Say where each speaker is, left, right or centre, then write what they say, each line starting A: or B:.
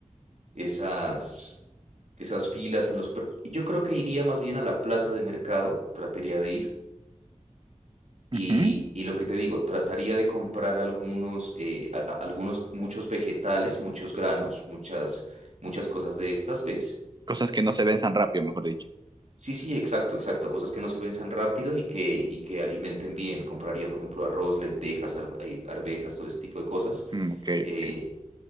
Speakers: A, on the right; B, on the right.
A: esas, esas filas en los... super- Yo creo que iría más bien a la plaza de mercado, trataría de ir. Y,
B: Ujú.
A: y lo que te digo, trataría de comprar algunos, eh, a- a- algunos, muchos vegetales, muchos granos, muchas, muchas cosas de estas, ¿ves?
B: Cosas que no se ven tan rápido, mejor dicho.
A: Sí, sí, exacto, exacto. Cosas que no se venzan rápido y que, y que alimenten bien. Compraría, por ejemplo, arroz, lentejas, al- eh, arvejas, todo ese tipo de cosas.
B: Mm, ok,
A: eh,
B: ok.